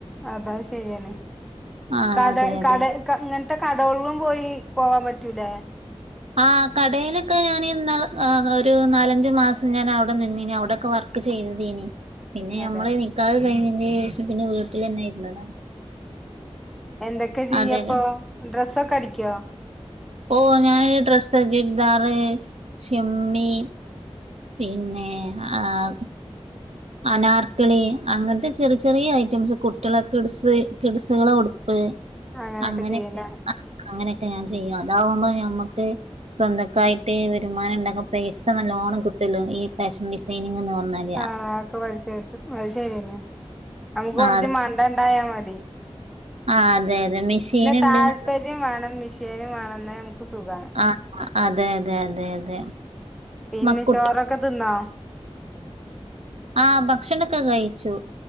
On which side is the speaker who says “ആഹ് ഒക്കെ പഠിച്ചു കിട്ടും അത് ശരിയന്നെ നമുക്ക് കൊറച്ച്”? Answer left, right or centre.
Centre